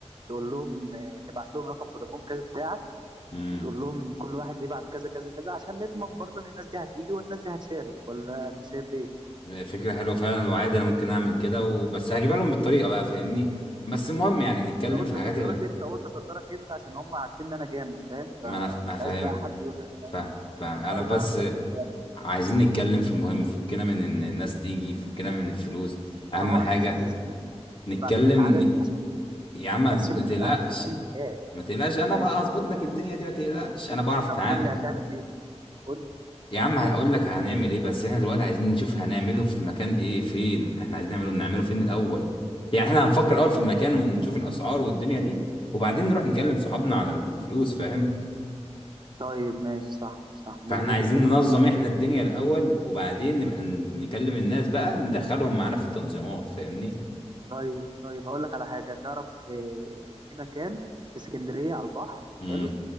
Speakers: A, on the right (about 40°); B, on the left (about 50°).
A: تقول لهم آه، تبعت لهم رقم فودافون كاش بتاعك
B: امم
A: وتقول لهم كل واحد يبعت كذا كذا كذا عشان نضمن برضو ان الناس دي هتيجي والناس دي هتشارك ولا انت شايف ايه
B: فكره حلوه فعلا وعادي انا ممكن اعمل كده وبس هجيبها لهم بالطريقه بقى فاهمني بس المهم يعني نتكلم
A: ما انا قلت
B: في الحاجات
A: اصدرك
B: اللي
A: انت قلت اصدرك انت عشان هم عارفين ان انا جامد فاهم
B: ما
A: فمش
B: انا ف- فاهمها
A: عايز بقى حد يقول لك انا
B: فاهم فاهم انا
A: مش عارف
B: بس
A: عندك وبتاع
B: عايزين نتكلم في المهم فكنا من ان الناس تيجي فكنا من الفلوس اهم
A: ما هو اكيد
B: حاجه
A: يا زميلي
B: نتكلم
A: بعتين العدد
B: ن...
A: عشان
B: يا عم هتز-
A: نحسب
B: ما
A: الم...
B: تقلقش
A: هنشوف انهي مكان
B: ما تقلقش انا
A: ماشي
B: بقى هظبط
A: اتفضل
B: لك الدنيا دي ما تقلقش انا بعرف
A: طب
B: اتعامل
A: قول لي هتعمل ايه قول لي.
B: يا عم هقول لك هنعمل ايه بس احنا دلوقتي عايزين نشوف هنعمله في مكان ايه فين احنا عايزين نعمله نعمله فين الاول يعني احنا هنفكر الاول في المكان ونشوف الاسعار والدنيا دي وبعدين نروح نكلم صحابنا على الفلوس فاهم
A: طيب ماشي صح صح مظبوط
B: فاحنا عايزين
A: الكلام
B: ننظم
A: ده
B: احنا الدنيا الاول وبعدين نبقى ن- نكلم الناس بقى ندخلهم معانا في التنظيمات فاهمني
A: طيب طيب هقول لك على حاجه تعرف آه، في مكان في اسكندريه على البحر
B: امم
A: حلو